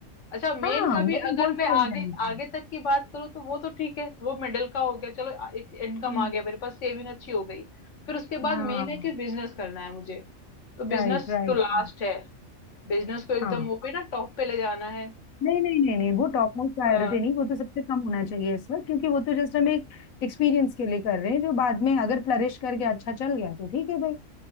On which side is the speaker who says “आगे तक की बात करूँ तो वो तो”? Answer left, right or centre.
Left